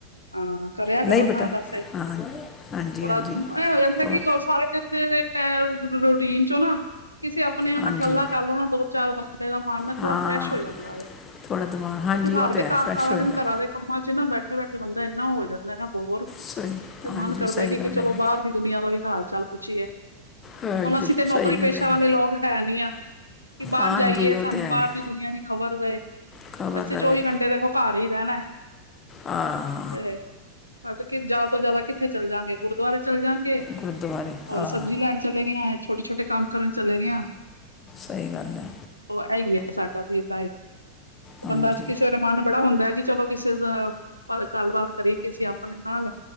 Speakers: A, on the left; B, on the left.
A: ਹਾਂ-ਹਾਂ, ਕਰੇਆ ਕਰੋ
B: ਨਹੀਂ ਬੇਟਾ
A: ਨਾ ਅ ਵੈਸੇ। ਥੋੜਾ
B: ਹਾਂ ਹਾਂਜੀ ਹਾਂਜੀ
A: ਏਹ ਹੋ ਜਾਂਦਾ
B: ਹੋਰ
A: ਕਿ ਲੋ ਸਾਰੇ <unintelligible> ਰੋ ਰੋਟੀਨ 'ਚੋਂ ਨਾ ਕਿਸੇ ਆਪਨੇਆਂ
B: ਹਾਂਜੀ
A: ਨਾਲ ਗੱਲਾਂ ਕਰ ਲਉ ਨਾ ਦੋ ਚਾਰ ਬੰਦੇ ਦਾ ਮਨ ਨਾ
B: ਹਾਂ
A: ਥੋੜਾ ਫ੍ਰੈਸ਼ ਹੋ ਜਾਂਦਾ ਵੇ।
B: ਥੋੜਾ ਦਿਮਾਗ ਹਾਂਜੀ
A: ਕਿਉਂਕਿ ਘਰ
B: ਉਹ ਤੇ
A: ਦੇ
B: ਹੈ
A: <unintelligible>
B: ਫਰੈਸ਼
A: ਸਾਰਾ
B: ਹੋ
A: ਦਿਨ
B: ਜਾਂਦਾ ਹੈ।
A: ਘਰਾਂ ਦੇ ਕੰਮਾਂ 'ਚ ਨਾ ਬੈਠੇ-ਬੈਠੇ ਬੰਦਾ ਇੰਨਾ ਹੋ ਜਾਂਦੈ ਨਾ ਬੋਰ
B: ਸਹੀ
A: ਤੇ
B: ਹਾਂਜੀ
A: ਮਨ ਕਰਦੈ
B: ਸਹੀ
A: ਕਿ ਕਿ
B: ਗੱਲ
A: ਚਲੋ
B: ਹੈ ਜੀ।
A: ਬਾਰ ਦੀ ਦੁਨੀਆਂ ਦਾ ਵੀ ਹਾਲ-ਚਾਲ ਪੁੱਛੀਏ। ਹੁਣ
B: ਹਾਂਜੀ
A: ਅਸੀ ਤੇ ਨੌਕਰੀ
B: ਸਹੀ ਗੱਲ
A: ਪੇਸ਼ਾ
B: ਹੈ
A: ਵਾਲੇ
B: ਜੀ।
A: ਲੋਕ ਹੈ ਨੀ ਆਂ ਕਿ ਬਾਰ
B: ਹਾਂਜੀ
A: ਜਾਈਏ।
B: ਉਹ
A: ਸਾਨੂੰ
B: ਤੇ ਹੈ
A: ਬਾਰ ਦੀ ਦੁਨੀਆਂ ਦੀ ਖ਼ਬਰ ਰਵੇ।
B: ਖਬਰ
A: ਅਸੀ
B: ਦਾ
A: ਤ ਚੌਵੀ
B: ਵੇ
A: ਘੰਟੇ ਦੇਖੋ ਘਾਰ ਈ ਰੈਨੈ।
B: ਆ
A: ਤੇ ਹਾਂ ਤੇ ਕਿਦ ਜ਼ਿਆਦਾ ਤੋਂ ਜ਼ਿਆਦਾ ਕਿੱਥੇ ਚੱਲ ਜਾਗੇ ਗੁਰਦੁਆਰੇ ਚੱਲ ਜਾਂ ਗੇ,
B: ਗੁਰਦੁਆਰੇ
A: ਹੋਰ
B: ਹਾਂ
A: ਸਬਜ਼ੀ ਲੈਣ ਚਲੇ ਗੇ ਆਂ, ਛੋਟੇ-ਛੋਟੇ ਕੰਮ ਕਰਨ ਚਲੇ ਗੇ ਆਂ।
B: ਸਈ ਗੱਲ ਐ।
A: ਓ ਐਈ ਈ ਏ ਸਾਡਾ ਵੀ ਏਦਾਂ ਏ। ਏ
B: ਹਾਂਜੀ
A: ਬੰਦਾ ਚ ਕਿਸੇ ਦਾ ਮਨ ਬੜਾ ਹੁੰਦਾ ਜੀ ਚਲੋ ਕਿਸੇ ਦਾ, ਪਰ ਗੱਲਬਾਤ ਕਰੀਏ ਕਿਸ ਆਪਣੇ ਨਾਲ